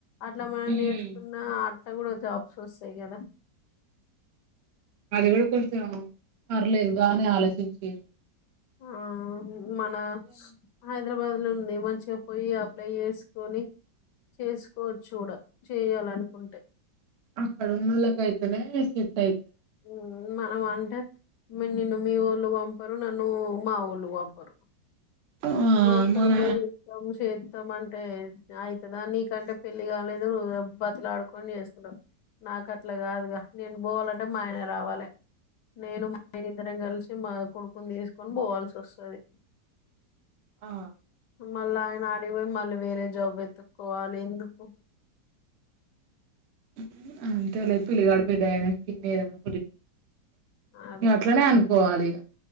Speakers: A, on the left; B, on the right.
A: అట్లా మనం
B: హ్మ్
A: నేర్చుకున్న ఆ అట్ల గూడా జాబ్స్ ఒస్తాయి గదా
B: అది కూడా కొంచెం పర్లేదు బాగానే ఆలోచిం స స <inaudible>
A: ఆ మన హైదరాబాద్ లో ఉంది మంచిగా పోయి అప్లై ఏసుకొని చేసుకోవచ్చు గూడా చేయాలనుకుంటే
B: ఆక్కడునోలకయితేనే ఇస్తా
A: ఊమ్ మన అంటే మే నిను మీ ఒలు వంపరు నన్ను మా ఒళ్లు వంపరు
B: ఆ
A: ఇప్పుడుక్కర
B: మన
A: బయస <inaudible> మత్తం అంటే అవుతుందా నీకంటే పెళ్లి కాలేదు నువ్వు బతిలాడుకొని చేసుకుంటవు నాకు అట్లా కాదుగా నేను బోవాలంటే ట మా ఆయన రావాలి నేను మా అయన ఇద్దరం కలిసి మా కొడుకుని తీసు కొను బోవాల్సి ఒస్తది
B: ఆ
A: మళ్ళీ ఆయన ఆడిగిపోయి మళ్ళీ వేరే జాబు ఎతుక్కోవాలి ఎందుకు
B: ఊమ్ అంతేలే పిలిగడు పేదగయినాక ఇంనేగా
A: అదే
B: ఇగ అట్లనే అను కోవాలిగా